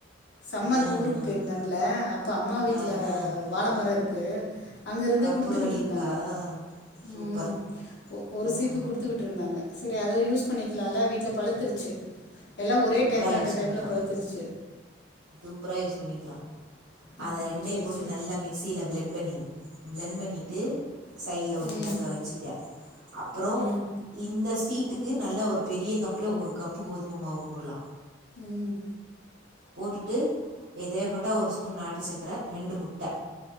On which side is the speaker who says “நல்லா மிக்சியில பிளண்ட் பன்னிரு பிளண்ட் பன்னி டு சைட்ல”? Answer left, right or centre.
Right